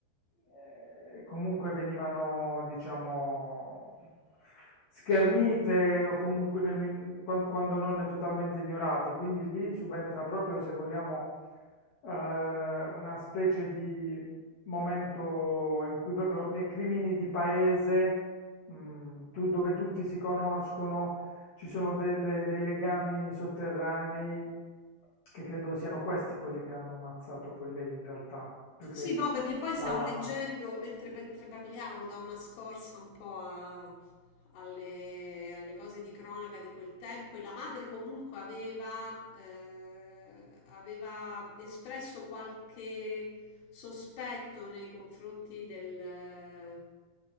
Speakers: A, on the left; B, on the left.
A: eh, comunque venivano, diciamo, schernite o comunque nel min- quan- quando non totalmente ignorate. Quindi lì subentra proprio, se vogliamo, eh, una specie di momento in cui proprio nei crimini di paese, mm, tu- dove tutti si conoscono ci sono delle- dei legami sotterranei che credo siano questi quelli che hanno ammazzato poi lei in realtà,
B: Sì,
A: più che
B: no, perché poi stavo
A: la lama.
B: leggendo mentre, mentre parliamo da una scorsa un po' a- alle, alle cose di cronaca di quel tempo e la madre comunque aveva, eh, aveva espresso qualche sospetto nei confronti del,